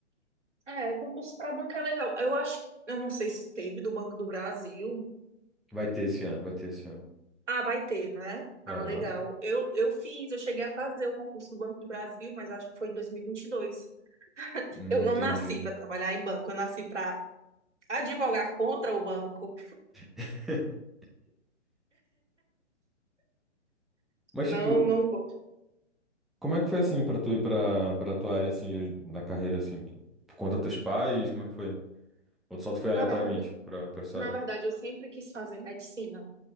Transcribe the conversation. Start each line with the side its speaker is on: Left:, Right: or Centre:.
Right: é, concurso para banco é legal. Eu acho que, eu não sei se teve do Banco do Brasil.
Centre: Vai ter esse ano, vai ter esse ano.
Right: Ah, vai ter, né? Ah,
Centre: Aham.
Right: legal. Eu, eu fiz, eu cheguei a fazer o concurso do Banco do Brasil, mas acho que foi em dois mil e e vinte e dois
Centre: Hum,
Right: Eu não
Centre: entendi.
Right: nasci para trabalhar em banco, eu nasci para advogar contra o banco.
Centre: <laughs> Mas,
Right: Não,
Centre: tipo,
Right: não gosto.
Centre: como é que foi assim pra tu ir pra, pra tua área, assim, de- na carreira, assim? Por conta dos teus pais, como é que foi? Ou tu só tu foi aleatoriamente
Right: Na verdade,
Centre: pra, pra essa
Right: na
Centre: área?
Right: verdade, eu sempre quis fazer medicina.